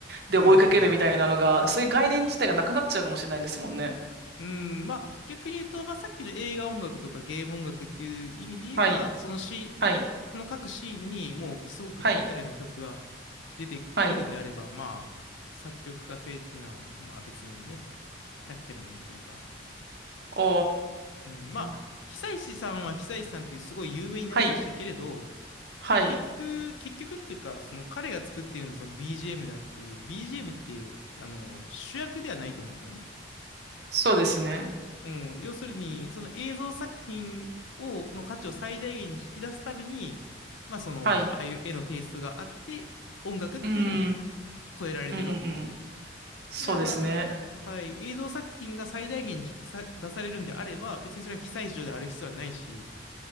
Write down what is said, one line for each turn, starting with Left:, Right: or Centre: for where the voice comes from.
Right: で追いかけるみたいなのが、
Left: うんうん
Right: そういう概念自体がなくなっちゃうかもしれないんですもんね。
Left: うん、まあ逆に言うと、まあさっきの映画音楽とかゲーム音楽っていう意味で言えば、
Right: はい、
Left: そのシーその各シーンにもうすごくぴったりな曲が
Right: はい、はい、
Left: 出てくるんであれば、
Right: はい。
Left: まあ作曲家性っていうのはまあ別にね、なくてもいいというか。
Right: お
Left: うん、まあ久石さんは久石さんっていうすごい有名になりましたけれど、
Right: ー、はい、はい。
Left: 結局、結局っていうか、その彼が作っているのはその BGM であって、BGM ってあの主役ではないと思うんですよね。
Right: そうですね。
Left: うん、要するに、その映像作品を、の価値を最大限に引き出すために、まあその、
Right: はい。
Left: ああいう絵のテイストがあって、音楽っていうのも
Right: うーん、うん、
Left: 添えられてるわけで、
Right: うん、うん。そうですね。
Left: じゃあ、はい、映像作品が最大限に引きさ出されるんであれば、別にそれは被災地である必要はないし、